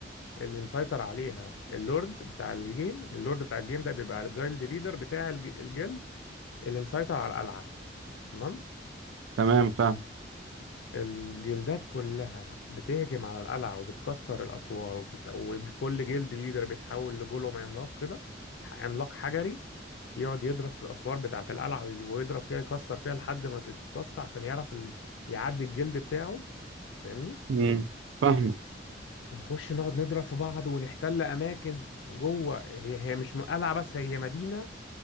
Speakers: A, on the left (about 80°); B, on the right (about 85°).
A: اللي مسيطر عليها اللورد بتاع الجيم اللورد بتاع الجيم ده بيبقى الجايلد ليدر بتاع الج- الجلد اللي مسيطر على القلعة تمام
B: تمام فاهم
A: الجلدات كلها بتهجم على القلعة وبتكسر الأسوار وبتت... وكل جلد ليدر بيتحول لجولوم عملاق كده ح- عملاق حجري يقعد يضرب في الأسوار بتاعة القلعة وي- ويضرب فيها يكسر فيها لحد ما تتكسر عشان يعرف ال... يعدي الجلد بتاعه فاهمني
B: مم. فاهم
A: ونخش نقعد نضرب في بعض ونحتل أماكن جوه هي هي مش م- قلعة بس هي مدينة